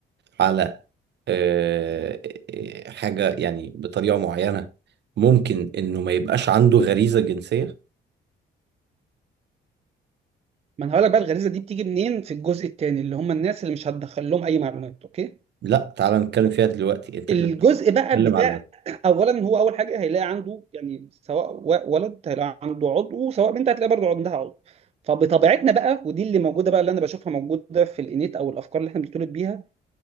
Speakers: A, on the right (about 60°); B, on the right (about 30°).
A: على آه، آه، حاجة يعني بطريقة معينة ممكن إنه ما يبقاش عنده غريزة جنسية
B: ما انا هقول لك بقى الغريزه دي بتيجي منين في الجزء الثاني اللي هم الناس اللي مش هتدخل لهم اي معلومات اوكي
A: لا تعالى نتكلم فيها دلوقتي أنت
B: الجزء
A: دلوقتي
B: بقى
A: بتتكلم
B: بتاع
A: على
B: <clears throat> اولا هو اول حاجه هيلاقي عنده يعني سواء و- ولد هيلاقي عنده عضو وسواء بنت هتلاقي برضه عندها عضو فبطبيعتنا بقى ودي اللي موجوده بقى اللي انا بشوفها موجوده في الانيت او الافكار اللي احنا بنتولد بيها